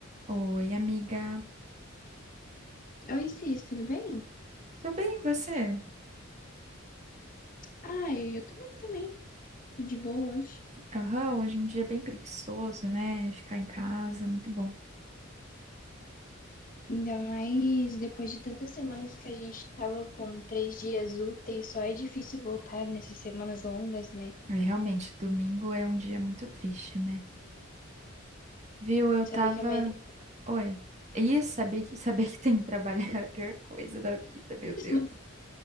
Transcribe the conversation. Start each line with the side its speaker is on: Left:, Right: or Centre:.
Right: Oi, amiga.
Left: Oi, Cis, tudo bem?
Right: Tô bem, e você?
Left: Ah, eu, eu tô também. Tudo de boa hoje.
Right: Aham, hoje é um dia bem preguiçoso, né? Ficar em casa, muito bom.
Left: Ainda mais depois de tantas semanas que a gente tava com três dias úteis, só é difícil voltar nessas semanas longas, né?
Right: É, realmente, domingo é um dia muito triste, né? Viu, eu
Left: Saber
Right: tava...
Left: que amanhã tem
Right: Oi. E saber que, <laughs> saber que tem que trabalhar é a pior coisa da vida, meu
Left: <laughs>
Right: Deus.